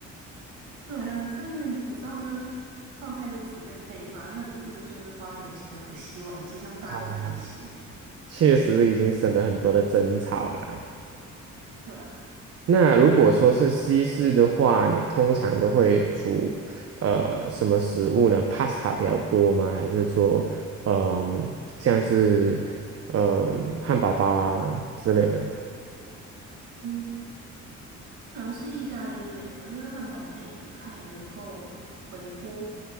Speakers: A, on the right; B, on the right.
A: <laughs> 对啊，但是你你知道，就是放太多次你就会被骂，那你不如就是花点钱买个洗碗机，这样大家都开心。
B: <laughs> 啊确实已经省了很多的争吵了。
A: 对啊，
B: 那如果说是西式的话，你通常都会煮呃什么食物呢？pasta 比较多吗？还是说，嗯、像是嗯、汉堡包啊之类的
A: 嗯，好像是意大利面吧，因为汉堡好像也不太能够微波。